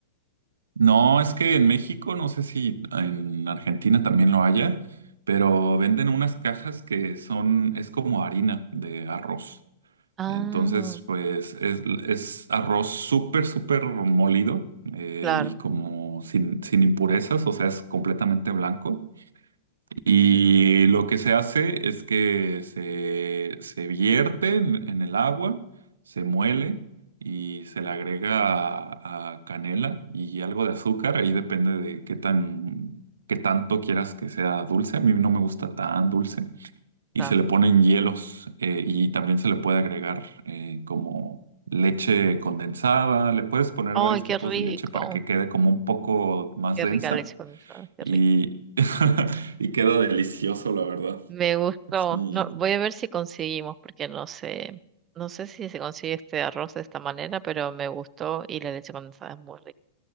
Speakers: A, on the right; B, on the right.
A: No, es que en México, no sé si en Argentina también lo haya, pero venden unas cajas que son, es como harina de arroz.
B: Ah,
A: Entonces, pues es, es arroz súper, súper molido eh,
B: claro.
A: y como sin, sin impurezas, o sea, es completamente blanco. Y
B: Mm,
A: lo que se hace es que se, se vierte en, en el agua, se muele y se le agrega a, a canela y algo de azúcar. Ahí depende de qué tan, qué tanto quieras que sea dulce. A mí no me gusta tan dulce. Y
B: claro.
A: se le ponen hielos eh, y también se le puede agregar eh, como leche condensada. Le puedes poner
B: Ay,
A: varios
B: qué
A: tipos
B: rico.
A: de leche para que quede como un poco más
B: Qué
A: densa
B: rica leche condensada, qué
A: y,
B: rico.
A: <laughs> y queda delicioso, la verdad.
B: Me gustó.
A: Es mi...
B: No, voy a ver si conseguimos, porque no sé, no sé si se consigue este arroz de esta manera, pero me gustó y la leche condensada es muy rica.